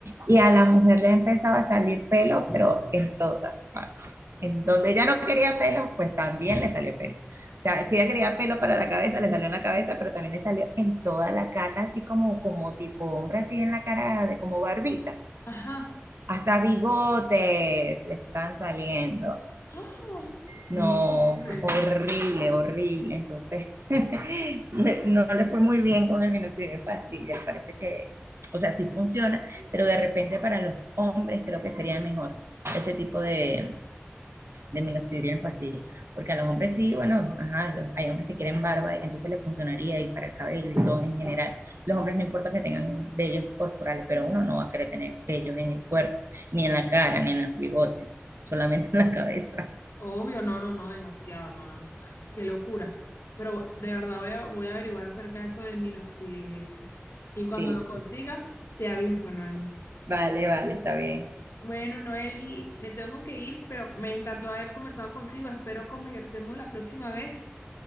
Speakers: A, on the right (about 70°); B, on the left (about 70°).
A: Y a la mujer le empezaba a salir pelo, pero en todas partes. En donde ella no quería pelo, pues también le salió pelo. O sea, si ella quería pelo para la cabeza, le salió en la cabeza, pero también le salió en toda la cara, así como, como tipo hombre, así en la cara de como barbita.
B: Ajá.
A: Hasta bigotes le están saliendo.
B: ¡Ah! No
A: No,
B: te lo puedo creer.
A: horrible, horrible. Entonces, <laughs> me- no le fue muy bien con el minoxidil en pastillas. Parece que, o sea, sí funciona, pero de repente para los hombres creo que sería mejor ese tipo de, de minoxidil en pastillas. Porque a los hombres sí, bueno, ajá, lo- hay hombres que quieren barba y entonces le funcionaría y para el cabello y todo en general. Los hombres no importa que tengan vellos corporales, pero uno no va a querer tener vellos en el cuerpo, ni en la cara, ni en el bigote, solamente en la cabeza.
B: Obvio, no, no, no, demasiado, no, no. Qué locura. Pero de verdad voy a, voy a averiguar acerca de eso del minoxidilese. Y cuando
A: Sí,
B: lo consiga,
A: sí.
B: te aviso, Noeli.
A: Vale, vale, está bien.
B: Bueno, Noeli, me tengo que ir, pero me encantó haber conversado contigo. Espero conversemos la próxima vez.